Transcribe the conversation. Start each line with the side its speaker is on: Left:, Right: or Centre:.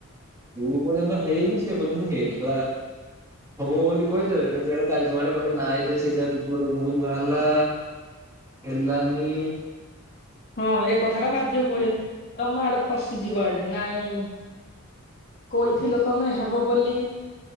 Right: ଯୋଉ ପର୍ଯ୍ୟନ୍ତ ହେଇନି ସେ ପର୍ଯ୍ୟନ୍ତ ହେଇନି <inaudible> ହବ ବୋଲି କହିଦେବେ ଦେଖିଲା ବେଳକୁ କାଲି ସକାଳେ କହିବେ ନାଇଁରେ ସେଇଟା। ଗୋଟେ ଭୁଲ ବାହାରିଲା ହେଲାନି।
Left: ହଁ ଏ କଥା ଟା ଭାଗ୍ୟ ବଳେ ତମେ ଆଡେ ଫସିଯିବ ଆଡେ ନାଇଁ। କଇଥିଲ ତମେ ହେବ ବୋଲି।